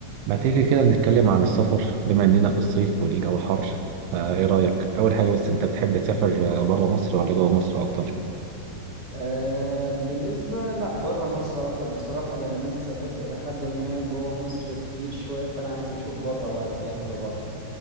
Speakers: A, on the right; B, on the right.
A: ما تيجي كده نتكلم عن السفر بما إننا في الصيف والجو حر فإيه رأيك؟ أول حاجة بس أنت بتحب تسافر بره مصر ولا جوه مصر أكتر؟
B: أه بالنسبة لا برا مصر أكتر بصراحة لأن أنا سافرت إلى حد ما جوا مصر كتير شوية فأنا عايز أشوف برا بقى الحاجات اللي برا